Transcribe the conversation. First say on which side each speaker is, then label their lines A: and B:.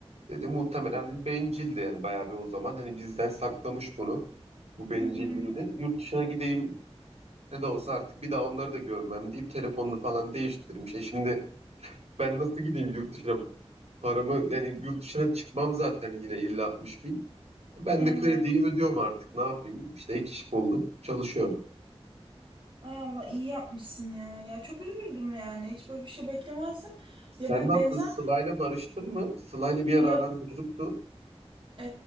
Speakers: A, on the right; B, on the right.
A: dedi. Muhtemelen bencildi yani bayağı bir o zaman. Hani bizden saklamış bunu, bu bencilliğini.
B: Hı hı.
A: Yurt dışına gideyim ne de olsa artık bir daha onları da görmem deyip telefonunu falan değiştirmiş. E şimdi ben nasıl gideyim yurt dışına? Paramı yani yurt dışına çıkmam zaten yine illa 60 ben
B: Evet.
A: de krediyi ödüyorum artık. Ne yapayım? İşte ek iş buldum. Çalışıyorum.
B: Ay Allah iyi yapmışsın ya. Ya çok üzüldüm yani. Hiç böyle bir şey beklemezdim.
A: Sen
B: Ya be-
A: ne yaptın?
B: benzer
A: Sıla'yla
B: bir
A: barıştın mı? Sıla'yla bir ara
B: ya
A: aram bozuktu.
B: Ee,